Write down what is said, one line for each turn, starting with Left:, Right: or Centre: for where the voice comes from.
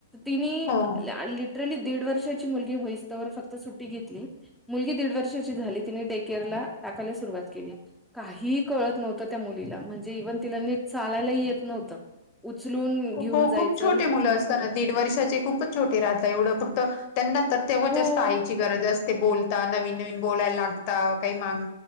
Centre: तिने
Left: हं
Centre: आधी लाल तिने दीड वर्षाची मुलगी होईस तोवर फक्त सुट्टी घेतली मुलगी दीड वर्षाची झाली ती केअर ला टाकायला सुरुवात केली. काहीही कळत नव्हतं त्या मुलीला म्हणजे इव्हन तिला नीट चालायलाही येत नव्हतं. उचलून घेऊन
Left: हो
Centre: जायचं
Left: खूप छोटे
Centre: मग
Left: मुलं
Centre: तिने
Left: असता
Centre: सोडत
Left: ना दीड वर्षाचे. खूपच छोटी राहात एवढं फक्त त्यांना तर तेव्हाच
Centre: हो.
Left: जास्त आई गरज असते बोलता नवीन नवीन बोलायला लागता, काही माग